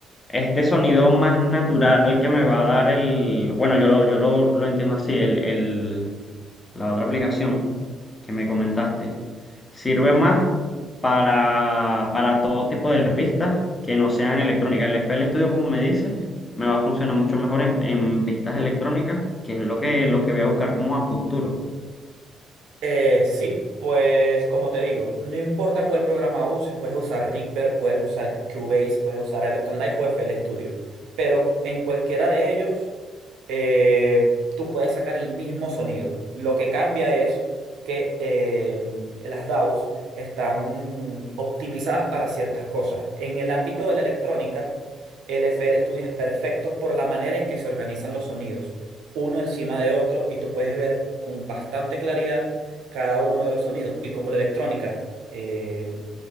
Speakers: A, on the left; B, on the right.
A: este sonido más natural que me va a dar el, bueno, yo lo, yo lo, lo entiendo así, el, el- la otra aplicación que me comentaste, sirve más para, para todo tipo de pistas que no sean electrónicas. El FL Studio, como me dices, me va a funcionar mucho mejor en, en pistas electrónicas, que es lo que, lo que voy a buscar como a futuro.
B: Eh, sí, pues como te digo, no importa cuál programa uses, puedes usar Reaper, puedes usar Cubase, puedes usar Ableton Live o FL Studio, pero en cualquiera de ellos eh, tú puedes sacar el mismo sonido. Lo que cambia es que em, las DAWs están optimizadas para ciertas cosas. En el ámbito de la electrónica, el FL Studio es perfecto por la manera en que se organizan los sonidos, uno encima de otro, y tú puedes ver con bastante claridad cada uno de los sonidos. Y como la electrónica em,